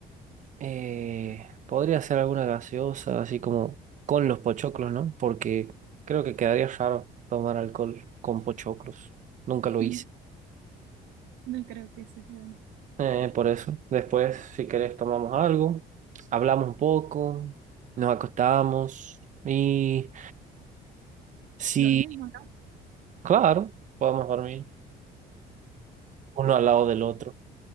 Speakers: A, on the right (about 45°); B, on the right (about 80°).
A: eh, podría ser alguna gaseosa, así como con los pochoclos, ¿no? Porque creo que quedaría raro tomar alcohol con pochoclos. Nunca
B: <laughs>
A: lo hice.
B: No creo que sea bueno.
A: Eh, por eso. Después, si querés, tomamos algo, hablamos un poco, nos acostamos y si,
B: Dormimos, ¿no?
A: claro, podemos dormir uno al lado del otro,